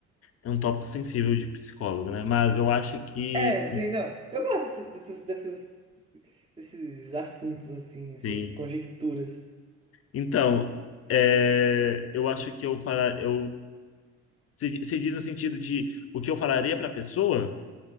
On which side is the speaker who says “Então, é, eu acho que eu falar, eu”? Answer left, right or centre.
Left